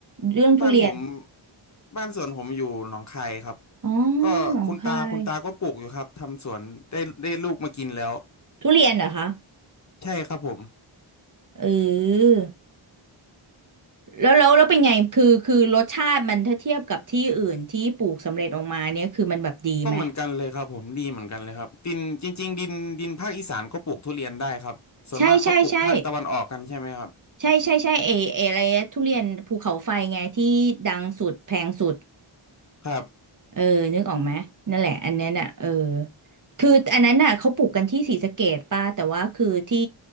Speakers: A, on the right; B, on the left.
A: เรื่องทุเรียน
B: บ้านผมบ้านสวนผมอยู่หนองคายครับ
A: อ๋อ
B: ก็คุณตาคุณตาก็ปลูกอยู่ครับทำสวนได้ได้ลูกมากินแล้ว
A: หนองคายทุเรียนเหรอคะ
B: ใช่ครับผม
A: เออแล้วแล้วแล้วเป็นไงคือคือรสชาติมันถ้าเทียบกับที่อื่นที่ปลูกสำเร็จออกมาเนี่ยคือมันแบบดีไหม
B: ก็เหมือนกันเลยครับผมดีเหมือนกันเลยครับดินจริงๆดินดินภาคอีสานก็ปลูกทุเรียนได้ครับส่วนมากเขาปลูกภาคตะวันออกกันใช่ไหมครับ
A: ใช่ใช่ใช่ ใช่ใช่ใช่เอเออะไรนะทุเรียนภูเขาไฟไงที่ดังสุดแพงสุด
B: ครับ
A: เออนึกออกไหมนั่นแหละอันนั้นอ่ะเออคืออันนั้นน่ะเขาปลูกกันที่ศรีสะเกษป่ะแต่ว่าคือที่